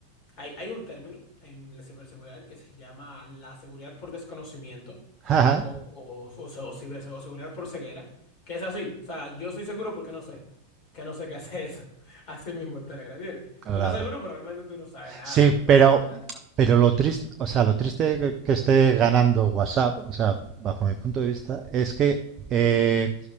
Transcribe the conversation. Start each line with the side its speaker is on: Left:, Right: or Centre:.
Left: hay, hay un término en la ciberseguridad que se llama la seguridad por desconocimiento
Right: Ajá,
Left: con- o, o, o ciberse- o seguridad por ceguera, que es así. O sea, yo estoy seguro porque no sé, que no sé qué hace eso. <laughs> Así mismo en Telegram, ¿entiendes?
Right: claro.
Left: Tú estás seguro, pero realmente tú no sabes nada
Right: Sí,
Left: de lo que pasa
Right: pero,
Left: allá atrás.
Right: pero lo triste, o sea, lo triste que, que esté ganando WhatsApp, o sea, bajo mi punto de vista, es que eh,